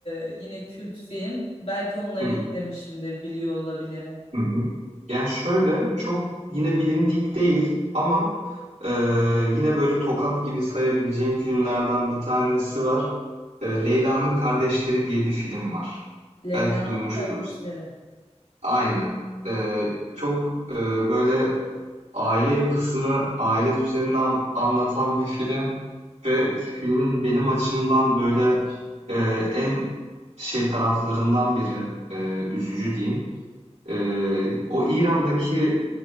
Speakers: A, on the left; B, on the right.
A: e, yine kült film belki onları
B: Hı.
A: izlemişimdir biliyor olabilirim.
B: Hı hı. Yani, şöyle, çok yine bilindik değil ama, eee, yine böyle tokat gibi sayabileceğim filmlerden bir tanesi var. Eee, Leyla'nın Kardeşleri diye bir film var.
A: Leyla'nın
B: Belki duymuştur.
A: kardeşleri.
B: Aynen. Eee, çok, eee, böyle aile yapısını, aile düzenini an anlatan bir film ve filmin benim açımdan böyle, eee, en şey taraflarından biri, eee, üzücü diyeyim, ee, o İran'daki